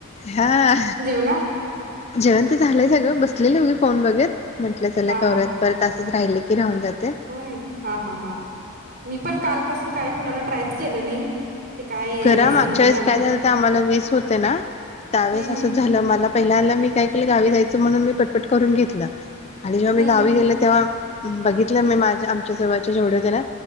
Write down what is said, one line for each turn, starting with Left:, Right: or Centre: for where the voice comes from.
Left: हा
Right: जेवला
Left: जेवण तेन झालंय सगळं बसले. हो फोन बघत. म्हटलं च
Right: हा
Left: कवात
Right: हा हा
Left: परत असंच राहिल. ती राहून देत.
Right: होय हा हा ह मी पण कालपासून काय कुणाला ट्रायच केलो नाही. ते काय
Left: खरा मागच्या
Right: समजेनाच
Left: वेळेस काय
Right: म्हणून
Left: झालं तर आम्हाला वीस होते ना त्यावेेळेस
Right: हं,
Left: असं
Right: हं,
Left: झालं मला पहिल्या आलं मी काय केलं गावी जायच. म्हणून मी पटपट करून घेतलं. आणि जेव्हा
Right: हं,
Left: मी गावी
Right: हं.
Left: गेले तेव्हा बघितलं मी माझ्या आमच्या जवळच्या जेवढ्या होते ना